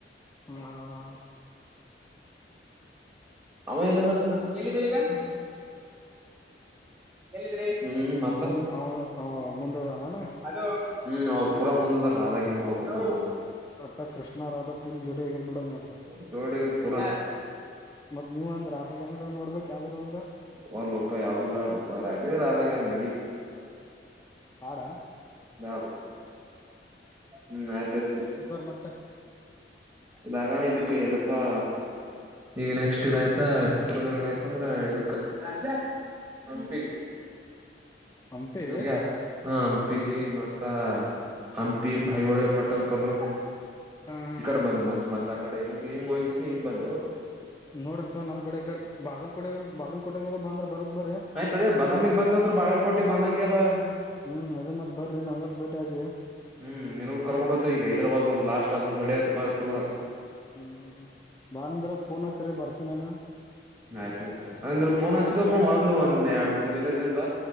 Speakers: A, on the left (about 15°); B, on the right (about 25°).
A: ಹ್ಮ್
B: ಅವಾ ಎಲ್ಲಿದನಂತ ಎಲ್ಲಿದಿ ಈಗ? ಎಲ್ಲಿದ್ರಿ ಹ್ಮ್ ಮತ್ತ
A: ಮುಂದ್ ಅವಾ ಮುಂದದನೇನ?
B: ಅದು ಹ್ಮ್ ಅವ ಪೂರ ಮುಂದದ ರಧಾಗ್ಯಾಂಗು <unintelligible>
A: ಅತ್ತ ಕೃಷ್ಣಾರಾಧಾ ಪುಲ್ ವಿಡ್ಯೋ ಆಗದ್ ಬಿಡಂಗಾದ್ರೆ.
B: ಒ ಚೋಡಗದು ಪುರ.
A: ಮತ್ ನೀವು ಅಂದ್ರ ಅತಕ್ಕೆ ಹೆಂಗದ ನೋಡ್ಬೇಕ್ ಯಾವ್ದಾರ ಒಂದು.
B: ಒಂದು ರುಪಾಯ ಯಾವ್ದು ಬ್ಯಾಡ ಉಪಾಯ ಆಯತ ರಧಾಗ್ಯಾಂಗ್ ನಡಿ.
A: ಹಾಡ
B: ನಾ ಹ್ಮ್ ಆಯ್ತತಲ್ಲ.
A: ಮತ್ತ
B: ದಾಗಣ ಇದುಕ್ಕೆ ಎಲ್ಲಿಪ್ಪಾ? ಈಗ ನೆಕ್ಸ್ಟ್ ಇದ್ ಆಯ್ತಾ ಚಿತ್ರದುರ್ಗ ಆಯ್ತು ಅಂದ್ರೆ ಇದಕ್ಕ ರಾಜ. ಹಂಪಿ.
A: ಹಂಪಿ
B: ಜುಗ್ಯ ಹ ಹಂಪಿಗೆ ಮತ್ತ ಹಂಪಿ,
A: ಹ್ಮ್
B: ಹೖಹೊಳೆ, ಪಟ್ಟದ್ಕಲ್ಲು.
A: ಹಾ ಹಾ
B: ಕಡ್
A: ಹಾ
B: ಮತ ಮಸ್ ಮತ್ ಆ ಕಡೆ ಹಿಂಗ್ ಹಿಂಗ್ ಹೋಕಿಸಿ ಹಿಂಗ ಬಂದು.
A: ನೋಡ್ರರಿಪ್ಪಾ ನಮ್ಕಡೆ ಈ ಕಡೆ ಬಾಗಲ್ಕೋಟೆ ಬಾಗಲ್ಕೋಟಗದ ಬಂದ್ರ ಬರತ್ ಬರ್ರೀ.
B: ಆಯ್ತದ ಬದಾಮಿ ಬಂದ್ ಅಂದ್ರ ಬಾಗಲ್ ಕೊಟ್ಟಿ ಬಂದಂಗೆ ಅಲ್ಲ
A: ಹ್ಮ್ ಅದೇತ್ ಮತ್ ಬ್ರರಿ ನಂಗಟ್ಟ ಬೇಟಿ ಆಗಿ.
B: ಹ್ಮ್ ನಿನ್ಗೂ ಕರ್ಕೊಂಡೋಗ್ತೀವಿ ಈಗ ಹೈದರಾಬ್ ಒಂದು ಲಾಸ್ಟ್ ಅದೊಂದ್ ಹೊಡಂತೀಬಾ ಟೂರ.
A: ಹ್ಮ್ ಹ್ಮ್ ಹ್ಮ್ ಬಂದ್ರ ಪೂನಚರಿ ಬರ್ತೀನಾನು.
B: ಆಯ್ತಾಯ್ತು ಅಂದ್ರ್ ಪೋನಚ್ಚಿದಪ್ಪ ಮೊದ್ಲು ಒಂದ್ ಎರಡ್ ಮೂರ್ ದಿನದಿಂದ.